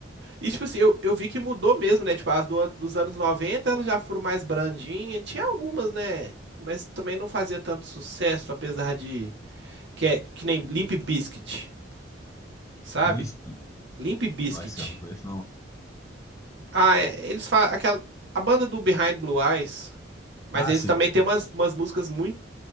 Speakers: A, on the right (about 65°); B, on the left (about 15°).
A: E, tipo assim, eu, eu vi que mudou mesmo, né? Tipo, as do, dos anos 90 elas já foram mais brandinhas. Tinha algumas, né? Mas também não fazia tanto sucesso, apesar de que é que nem Limp Bizkit, sabe?
B: Lisp?
A: Limp Bizkit.
B: Nossa, eu não conheço, não.
A: Ah, é, eles falam aquela a banda do Behind Blue Eyes, mas
B: Ah,
A: eles
B: sim.
A: também têm umas, umas músicas muito